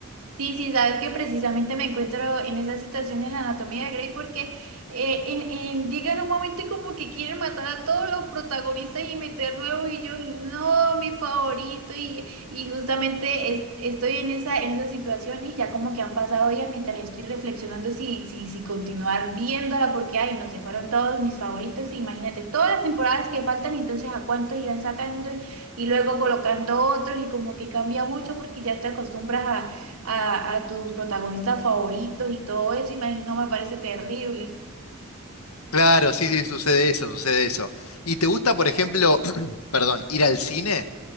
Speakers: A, on the right (about 75°); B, on the left (about 80°).
A: Sí, sí, sabes que precisamente me encuentro en esa situación en la anatomía de Grey porque eh, en, en- llega en un momento y como que quieren matar a todos los protagonistas y meter nuevo y yo, y no, mi favorito y, y justamente es- estoy en esa, en esa situación y ya como que han pasado días mientras estoy reflexionando si, si, si continuar viéndola porque, ay, no se fueron todos mis favoritos, imagínate, todas las temporadas que faltan, entonces a cuántos irán sacando y luego colocando otros y como que cambia mucho porque ya te acostumbras a, a tus protagonistas favoritos y todo eso, imagino, me parece terrible.
B: Claro, sí, sí, sucede eso, sucede eso. ¿Y te gusta, por ejemplo, <clears throat> perdón, ir al cine?